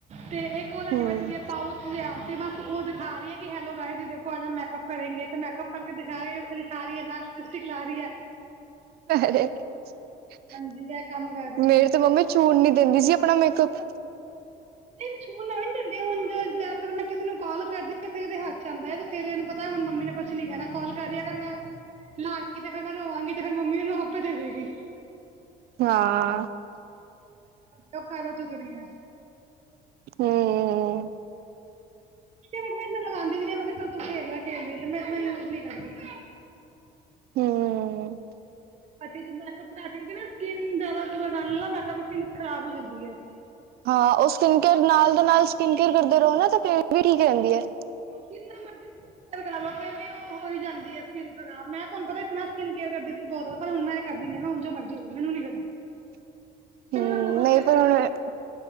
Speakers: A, on the right; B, on the right.
A: ਤੇ ਇੱਕ, ਲੈ
B: ਹੂੰ
A: ਕੇ ਬੈਠੀ ਪਾਊਚ ਆ ਤੇ ਬਸ ਉਹ ਦਿਖਾ ਰਹੀ ਹੈ ਕਿ ਹੈਲੋ ਗਏ ਸੀ ਦੇਖੋ ਅਜ ਮੈਕਅਪ ਕਰੇਗੇ ਤੇ ਮ ਮੇਕਅੱਪ ਕਰਕੇ ਦਿਖਾ ਦਿਖਾਹੀ ਹੈ ਨਾਲ ਲਿਸਟਿਕ ਲਾ ਰਹੀ ਹੈ
B: <unintelligible>
A: ਹਾਂਜੀ ਇਹ ਕੰਮ ਕਰ ਰਹੀ
B: ਮੇਰੇ
A: ਹੈ
B: ਤੇ ਮੰਮੀ ਛੁਣ ਨੀ ਦਿੰਦੀ ਸੀ ਆਪਣਾ ਮੇਕਅੱਪ,
A: <unintelligible> ਤੇ ਹੁਣ ਜਿਆ ਮੈਂ ਕਿਸੇ ਨੂੰ ਕਾਲ ਕਰਦੀ ਹ ਫ ਇਹਦੇ ਹੱਥ ਆਉਦਾ ਹੈ ਤੇ ਫੇਰ ਇਹਨੂੰ ਪਤਾ ਹੁਣ ਮੰਮੀ ਨੇ ਕੁਛ ਨੀ ਕਹਿਣਾ, ਕਾਲ ਕਰ ਰਹੀ ਅਗਰ ਮੈਂ ਲਾਾਂਗੀ ਤੇ ਫਿਰ ਮੈਂ ਰੋਵਾਂਗੀ ਤੇ ਫੇਿਰ ਮੰਮੀ ਉਹਨੂੰ ਆਪੇ ਦੇਵੇਗੀ,
B: <unintelligible>
A: ਜੌ ਕਾਰਾ ਚੋ ਗਿਰੀਆਂ
B: <unintelligible>
A: ਤੇ ਮੈਂ ਇਨਾ ਲਗਾਉਂਦੀ ਵੀ ਨਹੀਂ ਮੈਂ, ਕਿਹਾ ਤੂੰ ਖੇਲਲੈ ਖੇਲਦੀ ਅ ਤਾਂ ਮੈਂ ਇਨਾ ਯੂਜ ਨੀ ਕਰਦੀ ਹਾਂ
B: <unintelligible>
A: ਅੱਛਾ ਜ ਮੈਕਅਪ ਕਰ ਰਹਿ ਨਾ ਸਕਿਨ ਜਿਆਦਾ ਲਗਾਉਣ ਨਾਲਾ ਮੈਕਪ ਸਕਿਨ ਖਰਾਬ ਹੋ ਜਾਂਦੀ ਹੈ,
B: ਹਾਂ ਉਹ ਸਕਿਨ ਕੇਅਰ ਨਾਲ ਦੇ ਨਾਲ ਸਕਿਨ ਕੇਅਰ ਕਰਦੇ ਰਹੋ ਨਾ ਤਾਂ ਫੇਰ ਵੀ ਠੀਕ ਰਹਿੰਦੀ ਹੈ
A: ਜਿੰਨਾ ਮਰਜ਼ ਰ ਕਰ ਲਓ ਫਿਰ ਵੀ ਓ ਹੋ ਹੀ ਜਾਂਦੀ ਐ ਸਕਿੰਨ ਖਰਾਬ ਮੈਂ ਤੁਹਾਨੂੰ ਪਤਾ ਇਤਨਾ ਸਕਿਨ ਕੇਅਰ ਕਰਦੀ ਸੀ ਬੋਤ ਜਾਦਾ ਪਰ ਹੁਣ ਮੈਂ ਕਰਦੀ ਆਂ ਮੈਂ ਹੁਣ ਜੋ ਮਜ਼ਰੀ ਹੋ ਜੇ ਮੈਨੂੰ ਨੀ ਪਤਾ
B: <unintelligible>
A: ਪੈਲੇ ਮੈਂ ਬਹੁਤ
B: ਨਹੀਂ
A: ਕਰਦੀ
B: ਪਰ ਹੁਣ
A: ਸੀ।